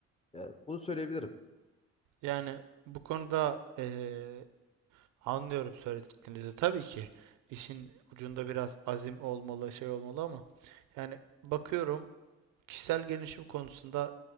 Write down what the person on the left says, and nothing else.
Yani bunu söyleyebilirim.